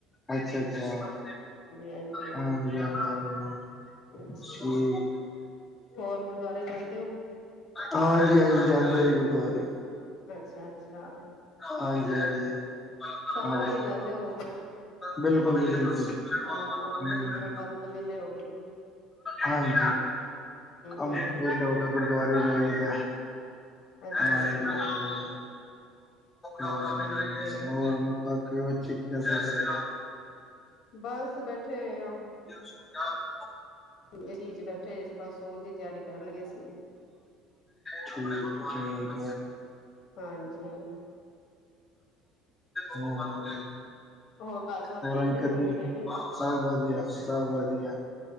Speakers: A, on the left; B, on the left.
A: ਅੱਛਾ- ਅੱਛਾ ਹਾਂਜੀ-
B: ਹਾਂਜੀ
A: ਹਾਜੀ--ਹਾਂਜੀ
B: ਅੱਛਾ
A: ਠੀਕ ਐ ਜੀ
B: ਹੋਰ ਗੁਰਦੁਆਰੇ ਜਾਂਦੇ ਹੋ।
A: ਹਾਂਜੀ- ਹਾਂਜੀ ਜਾਂਦੇ ਜੀ ਗੁਰਦੁਆਰੇ
B: ਅੱਛਾ- ਅੱਛਾ
A: ਹਾਂਜੀ ਹਾਂਜੀ
B: ਸ਼ਾਮ
A: ਹਾਂ
B: ਲਈ ਜਾਂਦੇ ਹੋਗੇ
A: ਬਿਲਕੁਲ ਜੀ, ਬਿਲਕੁਲ
B: ਆਹੋ
A: ਹੂੰ
B: ਓਹੀ ਨਾ ਕੰਮ ਤੋਂ ਵਿਹਲੇੇ ਹੋਕੇ ਤੂੰ
A: ਹਾਂਜੀ ਕੰਮ
B: ਹੂੰ
A: ਤੋਂ ਵਿਹਲੇ ਹੋ ਕੇ ਗੁਰਦੁਆਰੇ ਜਾਈਦਾ। ਹਾਂਜੀ-
B: ਅੱਛਾ ਅੱਛਾ
A: ਹਾਂਜੀ -ਹਾਂਜੀ ਹੋਰ
B: ਠੀਕ ਹੈ।
A: ਸੁਣਾਓ ਜੀ ਹੋਰ ਕਾਕੇ ਦੇ ਬੱਚੇ ਕੀ ਕਰਦੇ ਪਏ ਨੇ
B: ਬਸ ਬੈਠੇ ਹੋਏ ਆ
A: ਜ <unintelligible>
B: ਹਨੇਰੀ 'ਚ ਬੈਠੇ ਹੋਏ ਸੀ ਬਸ ਸੋਨ ਦੀ ਤਿਆਰੀ ਕਰਨ ਲੱਗੇ ਸੀ
A: ਠੀਕ ਠੀਕ
B: ਹਾਂਜੀ।
A: ਹਮ।
B: ਹੋਰ ਘਰ ਸਭ
A: ਹੋਈ
B: ਠੀਕ ਨੇ
A: ਕਰਮੀ,
B: ਮੰਮੀ ਡੈਡੀ
A: ਸਭ ਵਧੀਆ, ਸਭ ਵਧੀਆ।